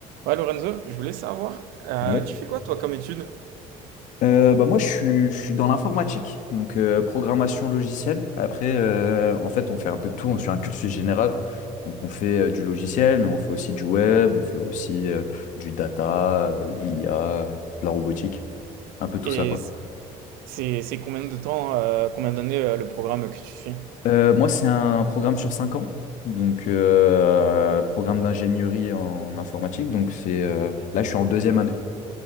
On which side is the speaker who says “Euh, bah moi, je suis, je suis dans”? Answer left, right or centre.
Left